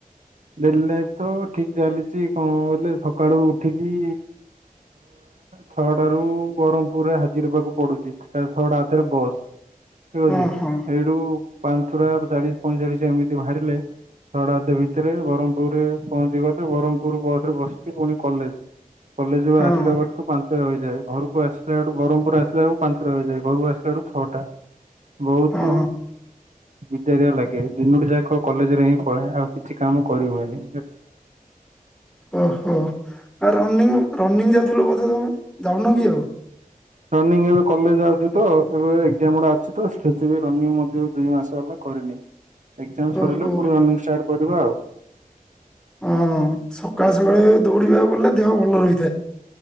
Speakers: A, on the right; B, in the centre.
A: ଡେଲି ଲାଇଫ ତ ଠିକ୍ ଚାଲିଛି କଣ କଲେ ସକାଳୁ ଉଠିକି ଛଅଟା ରୁ ବରମ୍ପୁରରେ ହାଜିର ହେବାକୁ ପଡୁଛି କାଇଁ ଛଅଟା ଅଧରୁ ବସ୍। <inaudible> ଠିକ୍
B: ହଁ
A: ଅଛି
B: ହଁ
A: ଏଇଠୁ ପାଞ୍ଚଟା ଚାଳିଶ ପଇଁଚାଳିଶ ଏମିତି ବାହାରିଲେ ଛଅଟା ଅଧରେ ଏଥିରେ ବି ବରମ୍ପୁର ରେ ପହଞ୍ଚି ପାଇଁ ବାରମ୍ପୂର୍ ବସ୍ ରେ ବସିକି ପୁଣି କଲେଜ୍ କଲେଜ୍ ରୁ
B: ହଁ
A: ଆସିଲା ବେଳୁ ପାଞ୍ଚ ହୋଇଯାଏ ଘରକୁ ଆସିଲା ବେଳକୁ ବରମ୍ପୁର ଆସିଲା ବେଳୁ ପାଞ୍ଚଟା ହୋଇଯାଏ ଘରୁ ଆସିଲା ବେଳକୁ ଛଅଟା। ବହୁତ
B: ହଁ
A: ବିଜାରିଆ ଲାଗେ ଦିନଟି ଯାକ କଲେଜ୍ ରେ ହିଁ ପଢ଼େ ଆଉ କିଛି କାମ କରିହୁଏନି।
B: ଓହୋ ଆଉ ରନିଙ୍ଗ ରନିଙ୍ଗ ଯାଉଥିଲ ବୋଧେ ତମେ ଯାଉନ କି ଆଉ?
A: ରନିଂ ଏବେ କଲେଜ ଯାଉଛି ତ ଓଏ ଏକ୍ଜାମ ଗୁଡ଼ା ଅଛି ତ ସେଥି ପାଇଁ ଦୁଇ ମାସ ହେଲା କରିନି। ଏକ୍ଜାମ ସରିଲେ
B: ଓହୋ
A: ପୁଣି ରନିଂ ଷ୍ଟାର୍ଟ କରିବା।
B: ହଁ, ସକାଳେ ସକାଳେ ଦୌଡ଼ିବାକୁ ଗଲେ ଦେହ ଭଲ ହୋଇଥାଏ।